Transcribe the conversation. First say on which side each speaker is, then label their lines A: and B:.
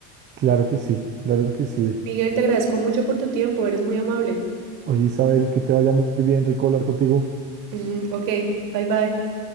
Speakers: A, on the right; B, on the right.
A: Claro que sí, claro que sí.
B: Miguel, te agradezco mucho por tu tiempo, eres muy amable.
A: Oye, Isabel, que te vaya muy bien, rico hablar contigo.
B: Ujú, Ok, bye bye.